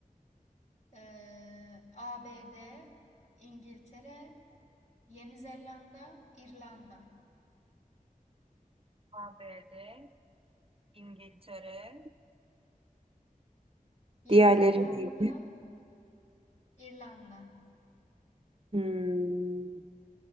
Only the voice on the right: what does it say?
ABD, İngiltere.
Diğerleri
neydi?
Hmm.